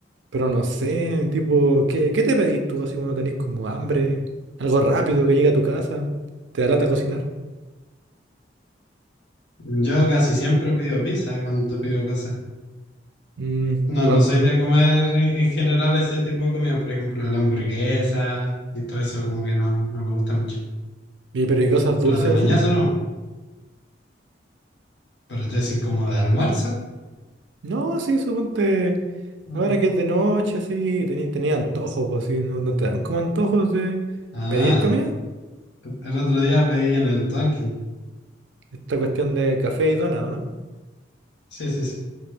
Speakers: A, on the right; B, on the left.
A: Pero no sé, tipo, ¿qué, qué te pedís tú así cuando tenés como hambre? Algo rápido que llegue a tu casa. ¿Te da lata cocinar?
B: Yo casi siempre pido pizza eh, cuando pido cosas.
A: Mm,
B: No,
A: y, van-
B: no soy de comer en, en general ese tipo de comida. Por ejemplo, la hamburguesa y todo eso como que no, no me gusta mucho.
A: y pero ¿y cosas dulces
B: Pero de mañana
A: así?
B: no. Pero yo decís como de almuerzo.
A: No, sí, suponte.
B: No.
A: Ahora que es de noche, así, tenía, tenía antojos, pues sí, ¿no, no te dan como antojos de
B: Ah,
A: pedir comida?
B: el otro día pedí en el Dunkin'.
A: Esta cuestión de café y dona, ¿o no?
B: Sí, sí, sí.